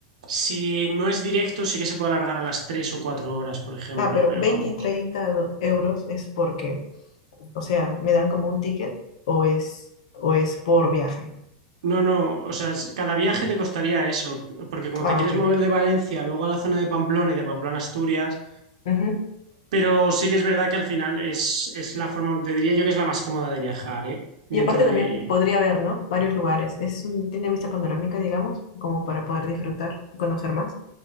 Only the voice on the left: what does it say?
Ah, pero
20
y 30 do- euros es porque, o sea, me dan como un ticket o es, o es por viaje.
Ah,
ok.
Ujú.
Y aparte
también podría ver, ¿no? Varios lugares. Es un, tiene vista panorámica, digamos, como para poder disfrutar y conocer más.